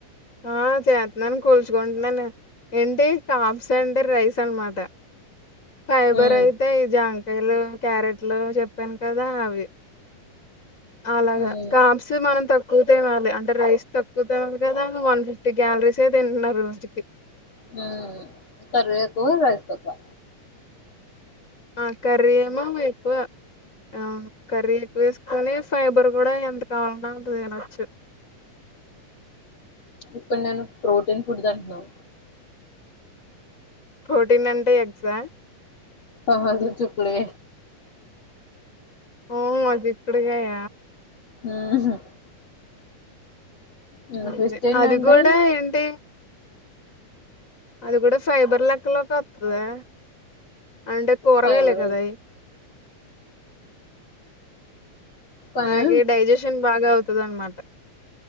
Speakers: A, on the left; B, on the left.
A: ఆ చేత్తున్నాన్ కూల్చుకుంటున్నాను. ఏంటి కాప్స్ అండ్ రైస్ అన్మాట ఫైబర్
B: ఉమ్
A: అయితే ఈ జాం కాయలు, క్యారెట్లు చెప్పాన్ కదా అవి అలాగ
B: ఉమ్
A: కాప్స్ మనం తక్కువ తినాలి అంటే రైస్ తక్కువ తినాల్ గ వన్ ఫిఫ్టీ గ్యాల్రీసే తింటున్న రోస్ట్కి
B: మ్ కర్రీ ఎక్కువ రైస్ తక్కువ.
A: ఆ కర్రీ ఏమో ఎక్కువ అవును కర్రీ ఎక్కో ఏస్కొని ఫైబర్ గుడ ఎంత కావలంటే అంత తినచ్చు.
B: ఇప్పుడ్ నేను ప్రోటీన్ ఫుడ్ తింటున్న
A: ప్రొటీన్ అంటే ఎగ్సా
B: కాదు చు లే
A: ఓ చిక్కుడుకాయ
B: మ్ హ్ నిన్న
A: అదే
B: ట్విస్ట్ ఏందంటే
A: అది కూడా ఏంటి అది గుడ ఫైబర్ లెక్కలోక్ ఒత్తదే అంటే కుర్గాయలే
B: ఫైబర్
A: కదా అయి
B: కానీ
A: మనకి డైజెషన్ బాగ అవుతదన్మాట.